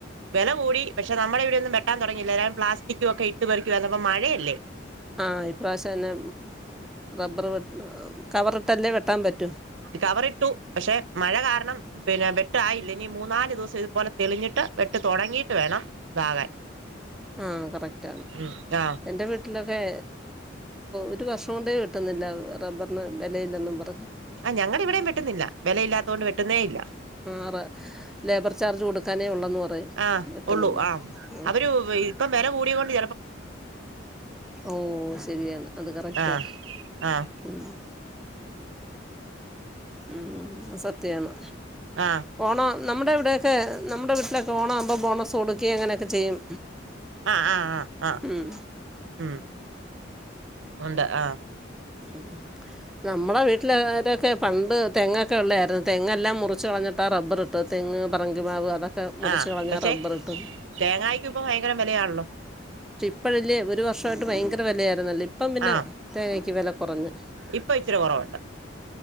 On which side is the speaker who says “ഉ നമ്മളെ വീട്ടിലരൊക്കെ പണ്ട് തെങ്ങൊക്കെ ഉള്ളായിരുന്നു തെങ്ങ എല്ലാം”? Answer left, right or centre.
Centre